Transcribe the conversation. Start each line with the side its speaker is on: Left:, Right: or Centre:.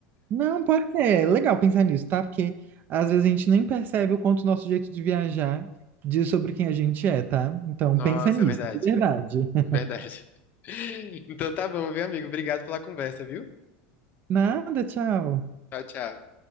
Right: Não, porque é legal pensar nisso, tá? Porque às vezes a gente nem percebe o quanto o nosso jeito de viajar diz sobre quem a gente é, tá? Então
Left: Nossa,
Right: pensa nisso,
Left: é verdade,
Right: de verdade. <laughs>
Left: verdade. <laughs> Então tá bom, viu, amigo? Obrigado pela conversa, viu?
Right: Nada, tchau.
Left: Tchau, tchau.